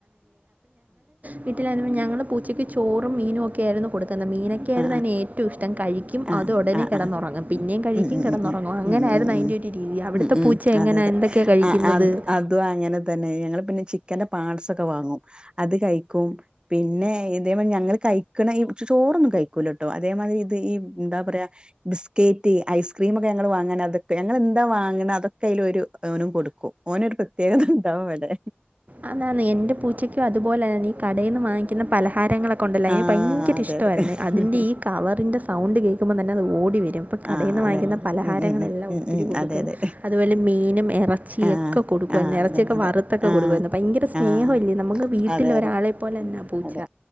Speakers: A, on the right; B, on the right.
A: വീട്ടിലായിരുന്നു ഞങ്ങൾ പൂച്ചക്ക് ചോറും മീനക്കെ ആയിരുന്നു കൊടുക്കുന്നത് മീനെ എക്കെയായിരുന്നു
B: ആഹ്
A: അതിന് ഏറ്റവും ഇഷ്ടം കഴിക്കും
B: ആഹ്
A: അത് ഉടന
B: ആഹ്
A: കെടന്നുറങ്ങും
B: ആഹ്
A: പിന്നേും കഴിക്കും
B: ഉം ഉം
A: കിടന്നുറങ്ങും
B: ഉം
A: അങ്ങനെയായിരുന്നു
B: ഉം ഉം ഉം
A: അതിന്റെ ഒരു രീതി അവിടുത്തെ
B: ഉം ഉം ഉം
A: പൂച്ച എങ്ങനെയ
B: അതെ അതെ
A: എന്തൊക്കെയാ കഴിക്കുന്നത്
B: ആഹ് അത് അതും അങ്ങനെ തന്നെ ഞങ്ങൾ പിന്നെ ചിക്കന്റെ പാട്സൊക്കെ വാങ്ങും അത് കഴിക്കും പിന്നെ ഇതേ ഞങ്ങള് കഴിക്കണ ഈ ചോറ് ന്ന് കഴ്ക്കൂലട്ടോ അതേമാരി ഇത് ഈ എന്താ പറയാ ബിസ്കറ്റ് ഐസ്ക്രീമൊക്കെ ഞങ്ങൾ വാങ്ങാൻ അതൊക്കെ ഞങ്ങൾ എന്താ വാങ്ങണ അതൊക്കെയിലോരു ഓനും കൊടുക്കും. ഓനൊരു പ്രത്യേകതണ്ടാവും വടെ
A: ആന്നാന്ന് എന്റെ പൂച്ചയ്ക്കും അതുപോലെ തന്നെ ഈ കടയിൽ നിന്ന് വാങ്ങിക്കുന്ന പലഹാരങ്ങളൊക്ക ഉണ്ടല്ല അയ്ന്
B: ആഹ്
A: ഭയങ്കര
B: അതെ
A: ഇഷ്ടമായിരുന്നെ
B: അതെ
A: അതിൻ്റെ ഈ കവറിൻ്റെ സൗണ്ട് കേക്കുമ്പ തന്നെ അത് ഓടി വരും ഇപ്പം കടയിന്ന്
B: ആഹ് അതന്നെ
A: വാങ്ങുന്ന
B: അതെ
A: പലഹാരങ്ങളെല്ലാം
B: ഉം ഉം ഉം
A: ഒത്തിരി
B: ഉം ഉം
A: കൊടുക്കും
B: അതെ അതെ
A: അതുപോലെ മീനും ഇറച്ചിയൊക്കെ
B: ആഹ്
A: കൊടുക്കുവാരുന്നു
B: ആഹ്
A: ഇറച്ചിയൊക്കെ
B: അതന്നെ അതന്നെ
A: വറുത്തൊക്കെ
B: ആഹ്
A: കൊടുക്കുവാരുന്നു. ഭയങ്കര സ്നേഹവല്ലേ
B: ആഹ്
A: നമുക്ക് വീട്ടില്
B: അതെ
A: ഒരാളെപ്പോലെന്നാ
B: അതെ
A: പൂച്ച
B: അതെ